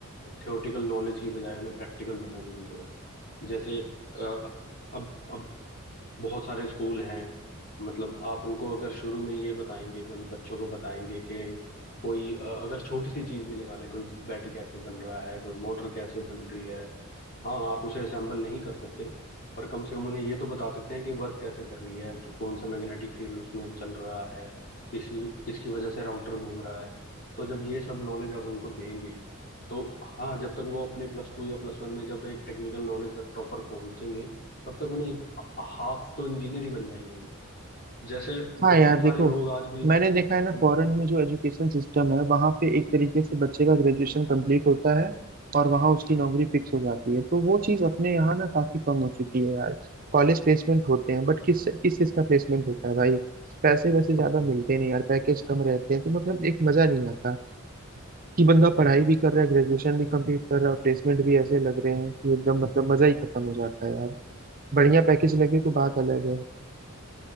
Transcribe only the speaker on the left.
थ्योरेटिकल नॉलेज की बजाय उन्हें प्रैक्टिकल देना शुरू करो जैसे अ, अब अब बहुत सारे स्कूल हैं मतलब आप उनको अगर शुरू में ये बताएंगे मतलब बच्चों को बताएंगे कि कोई अ, अगर छोटी सी चीज भी लगा ले कोई बैटरी कैसे बन रहा है कोई मोटर कैसे बन रही है हाँ आप उसे असेंबल नहीं कर सकते पर कम से कम उन्हें ये तो बता सकते हैं कि वर्क कैसे कर रही है कि कौन सा मैग्नेटिक फील्ड उसमें चल रहा है किस किसकी वजह से राउटर घूम रहा है तो जब ये सब नॉलेज आप उनको देंगे तो हाँ जब तक वो अपने प्लस टू या प्लस वन में जब एक टेक्निकल नॉलेज तक प्रॉपर पहुंचेंगे तब तक उन्हें हाफ तो इंजीनियर ही बन जाएंगे वो जैसे
बहुत
सारे लोग आज भी
बिल्कुल
हाँ